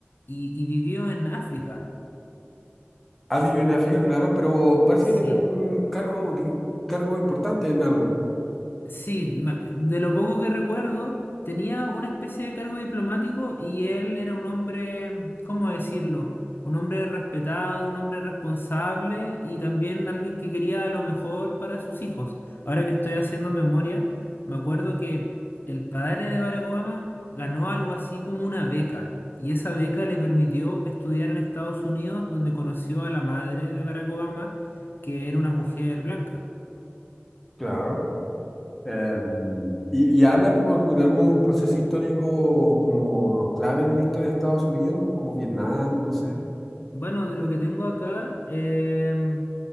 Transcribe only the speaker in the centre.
Ha vivido en África, claro, pero parece
que tenía como un cargo, di- cargo importante en algo.
Claro. Em, y, y habla como algu- de algún proceso histórico como clave de la historia de Estados Unidos, como Vietnam, no sé.